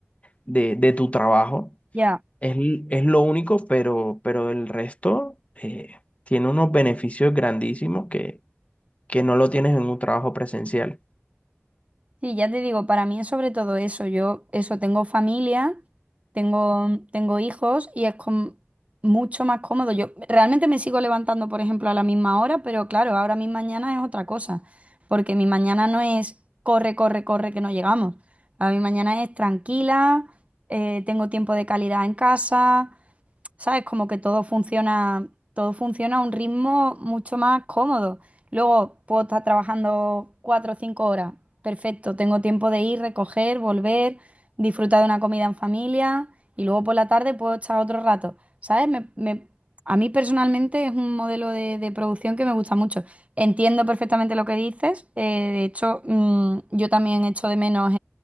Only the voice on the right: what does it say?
Ya,
sí, ya te digo, para mí es sobre todo eso. Yo, eso, tengo familia, tengo, tengo hijos y es com- mucho más cómodo. Yo realmente me sigo levantando, por ejemplo, a la misma hora, pero claro, ahora mi mañana es otra cosa, porque mi mañana no es corre, corre, corre, que no llegamos. A mi mañana es tranquila, eh, tengo tiempo de calidad en casa, ¿sabes? Como que todo funciona, todo funciona a un ritmo mucho más cómodo. Luego puedo estar trabajando cuatro o cinco horas. Perfecto, tengo tiempo de ir, recoger, volver, disfrutar de una comida en familia y luego por la tarde puedo echar otro rato. ¿Sabes? Me- me- a mí personalmente es un modelo de, de producción que me gusta mucho. Entiendo perfectamente lo que dices. eh, de hecho, mm, yo también echo de menos